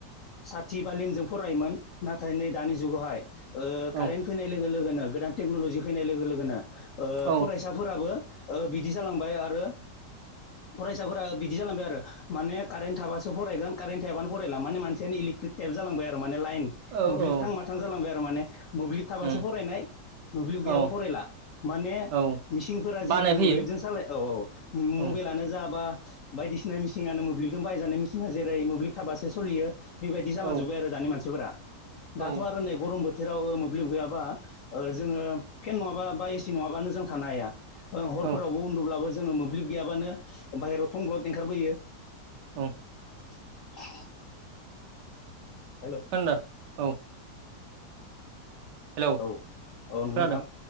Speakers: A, on the left; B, on the right.
A: साथि बा लिमजों फरायोमोन नाथाय नै दानि जुगावहाय ओ
B: औ
A: कारेन्ट फैनाय लोगो लोगोनो गोदान टेक्न'लजि फैनाय लोगो लोगोनो ओ
B: औ
A: फरायसाफोराबो ओ बिदि जालांबाय आरो फरायसाफोरा बिदि जालांबाय आरो माने कारेन्ट थाबासो फरायगोन कारेन थायाबानो फरायला माने मानसियानो इलेक्ट्रिक टाइप जालांबाय आरो माने लाइन
B: औ
A: मोब्लिब
B: औ
A: थां माथां जालांबाय आरो माने मोब्लिब थाबासो
B: उम
A: फरायनाय मोब्लिब
B: औ
A: गैयाबा फरायला माने
B: औ
A: मिसिं फोरा जेरै
B: बानाय फैयो
A: मोब्लिबजों सालाय औ औ मबाइल
B: औ
A: आनो जा बा बायदिसिना म मिसिंनो मोब्लिबजों बायजानाय मिसिंआ जेरै मोब्लिब थाबासो सलियो बेबायदि जालांजोब्बाय
B: औ
A: आरो दानि मानसिफोरा
B: औ
A: दाथ' आरो नै गरम बोथ बोथोराव मोब्लिब गैयाबा ओ जोङो फेन नङाबा बा एसि नङाबानो जों थानो हाया ओ हरफोरावबो
B: औ
A: उन्दुब्लाबो जोङो मोब्लिब गैयाबानो बाहेरायाव थंब्लद ओंखारबोयो
B: औ
A: <inaudible> हेलौ
B: खोनदो औ हेलौ
A: औ औ नंगौ
B: खोनादों
A: नोंथां